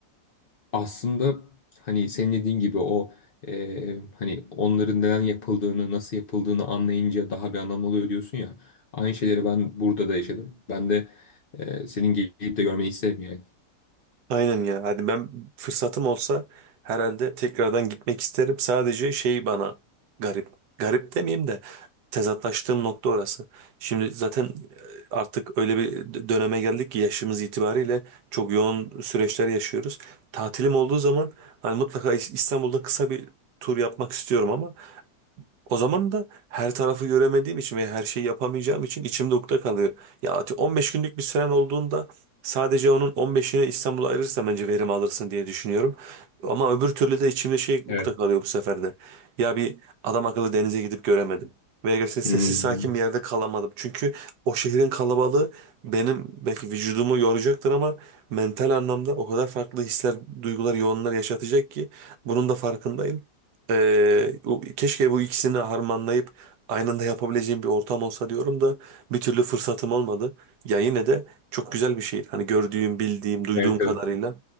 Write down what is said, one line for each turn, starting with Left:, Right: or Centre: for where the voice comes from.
Left: aslında hani senin dediğin gibi o e, hani onların neden yapıldığını, nasıl yapıldığını anlayınca daha bir anlam oluyor diyorsun ya. Aynı şeyleri ben burada da yaşadım. Ben de e, senin gelip de görmeni isterim yani.
Right: Aynen ya. Hadi ben fırsatım olsa herhalde tekrardan gitmek isterim. Sadece şey bana garip. Garip demeyeyim de tezatlaştığım nokta orası. Şimdi zaten e, artık öyle bir d- döneme geldik ki yaşımız itibariyle çok yoğun süreçler yaşıyoruz. Tatilim olduğu zaman hani mutlaka İs- İstanbul'da kısa bir tur yapmak istiyorum ama o zaman da her tarafı göremediğim için ve her şeyi yapamayacağım için içimde ukde kalıyor. Ya ati- 15 günlük bir süren olduğunda sadece onun 15'ini İstanbul'a ayırırsan bence verim alırsın diye düşünüyorum. Ama öbür türlü de içimde şey
Left: Evet,
Right: ukde kalıyor bu sefer de. Ya bir adam akıllı denize gidip göremedim. Veya gerçekten sessiz
Left: Hmm.
Right: sakin bir yerde kalamadım. Çünkü o şehrin kalabalığı benim belki vücudumu yoracaktır ama mental anlamda o kadar farklı hisler, duygular, yoğunlar yaşatacak ki bunun da farkındayım. Ee, o- keşke bu ikisini harmanlayıp aynı anda yapabileceğim bir ortam olsa diyorum da bir türlü fırsatım olmadı. Ya yine de çok güzel bir şey. Hani gördüğüm, bildiğim, duyduğum
Left: evet,
Right: kadarıyla
Left: evet.